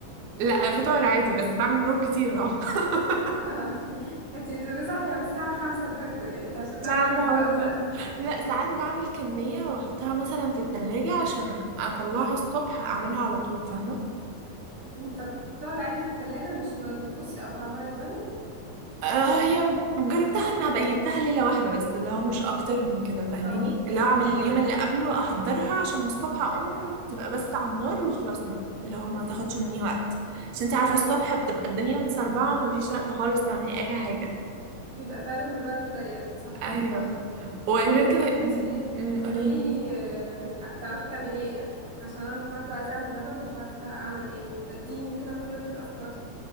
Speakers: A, on the right; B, on the right.
A: لا فطار عادي بس بعمل نوم كتير طبعا <laughs>
B: اه <laughs> انت بتبقي صاحيه من الساعه 5 الفجر يعني انت عشان
A: عشان
B: تعملي
A: اعمل
B: الفطار
A: الحوار ده
B: ده
A: لا ساعات بعمل كميه واحطها مثلا في التلاجة عشان اطلعها الصبح اعملها على طول فاهمه
B: <laughs> طب بتقعد عادي في التلاجة مش ما بتبصي او طعمها يتغير
A: آه هي جربتها انها بيتها ليلة واحدة بس اللي هو مش اكتر من كده فاهماني
B: اه
A: اللي هو
B: مش
A: اعمل اليوم
B: اكتر
A: اللي قبله احضرها عشان الصبح اقوم تبقى بس على النار وخلصنا اللي هو ما تاخدش
B: امم
A: مني وقت عشان انت عارفة
B: ايوه
A: الصبح
B: فهمت
A: بتبقى الدنيا متسربعة وما فيش وقت خالص تعملي اي حاجة
B: بيبقى فعلا الوقت ضيق صح
A: ايوه
B: صح
A: وغير كده
B: طب انتي
A: أمم، أمم، قوليلي
B: قوليلي آه، بتح... بتعرفي تعملي ايه اكل عشان انا النهارده عايزه اعمل غدا ومش عارفه اعمل ايه فاديني يمكن اخد منك افكار